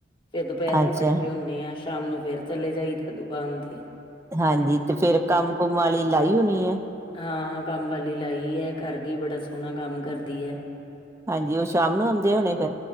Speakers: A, on the left; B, on the right.
A: ਫੇਰ ਦੁਪੈਰ ਨੂੰ
B: ਅੱਛਾ
A: ਇਕੱਠੇ ਹੁੰਨੇ ਆ, ਸ਼ਾਮ ਨੂੰ ਫੇਰ ਚਲੇ ਜਾਈਦਾ ਦੁਕਾਨ ਤੇ
B: ਹਾਂਜੀ ਤੇ ਫੇਰ ਕੰਮ- ਕੁਮ ਵਾਲੀ ਲਾਈ ਹੁਣੀ ਆ
A: ਹਾਂ ਕੰਮ ਵਾਲੀ ਲਾਈ ਆ, ਕਰ ਗਈ ਬੜਾ ਸੋਹਣਾ ਕੰਮ ਕਰਦੀ ਆ
B: ਹਾਂਜੀ, ਓ ਸ਼ਾਮ ਨੂੰ ਆਓਂਦੀ ਹੁਣੀ ਫੇਰ?